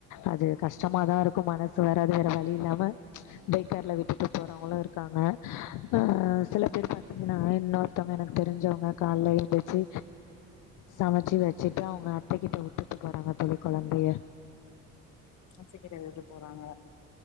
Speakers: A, on the left (about 80°); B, on the left (about 70°).
A: அது கஷ்டமாதா இருக்கும் மனஸ் சு வேற அது வேற வழி இல்லாம டேகேர்ல விட்டுட்டு போறவ்ங்குளு இருக்காங்க அ சில பேர் பாத்தீங்குனா இன்னொர்த்தவ்ங்க எனக்கு தெரிஞ்சவ்ங்க கால்ல எந்துச்சு சமச்சு வச்சுட்டு அவ்ங்க அத்தகிட்ட உட்டுட்டு போறாங்க தோழி கொழந்தைய
B: அத்தகிட்ட விட்டு போறாங்க